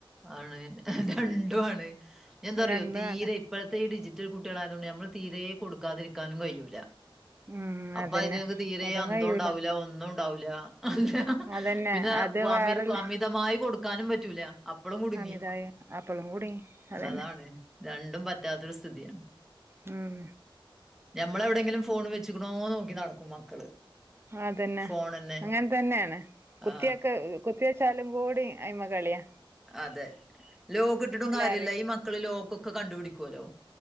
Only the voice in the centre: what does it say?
ആണ് ഹ് ഹ് രണ്ടു ആണ് എന്താറിയോ
തീരെ
ഇപ്പോഴ്ത്തെ ഈ ഡിജിറ്റൽ കുട്ടികളായതോണ്ട് നമ്മൾ തീരേ കൊടുക്കാതിരിക്കാനും കഴിയൂല
അപ്പൊ
അയിനാത്ത് തീരെ
അന്തോ
ഉണ്ടാവൂല ഒന്നുണ്ടാവൂല അല്ലാ
പിന്ന
വാമേത്
കാമിതമായി കൊടുക്കാനും പറ്റൂല അപ്പളും കുടുങ്ങി
അതാണ് രണ്ടും പറ്റാത്തൊരു സ്ഥിതിയ
ഞമ്മളെവിടെങ്കിലും ഫോൺ വെച്ചിക്ക്ണോ നോക്കി നടക്കും മക്കള്
ഫോണന്നെ
ആ
അതെ ലോക്കിട്ടിട്ടും കാര്യല്ല
ഈ മക്കള് ലോക്കൊക്കെ കണ്ടുപിടിക്കൂല്ലോ